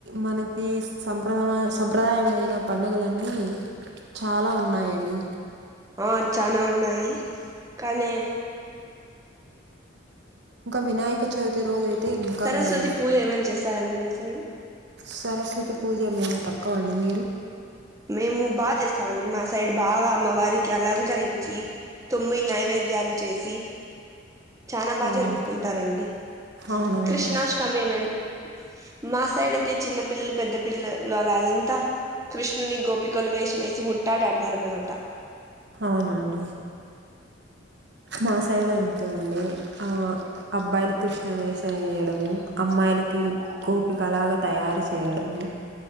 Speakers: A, on the right; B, on the right.
A: మనకి సంప్రదామ సంప్రదాయమైన పండుగలన్నీ చాలా ఉన్నాయండి
B: ఆ చానా ఉన్నాయి కానీ
A: ఇంకా వినాయక చవితి రోజ అయితే ఇంకా
B: సరస్వతి
A: మేము
B: పూజ ఏమైనా చేస్తారండి మీ సైడ్
A: సరస్వతి పూజ మేం తప్ప అండి మీరు
B: మేము బాగా చేస్తామండి మా సైడ్ బాగా అమ్మవారికి అలంకరించి తొమ్మి నైవేద్యాలు చేసి చాన బాగా
A: అవును
B: జరుపుకుంటారండి
A: అవునా
B: కృష్ణాష్టమి
A: అండి
B: ఏమైన మా సైడ్ అయితే చిన్న పిల్లలు పెద్ద పిల్లలుళ అదంత కృష్ణ విష్ణుని గోపికలు వేషం వేసి ఉుట్టాట ఆడతారన్నమాట
A: అవునండి మా సైడ్ అంతే అండి ఆ అబ్బాయిల్ కృష్ణ వేషం వేయడము, అమ్మాయిలకి గోపిక లాగ తయారు చేయడము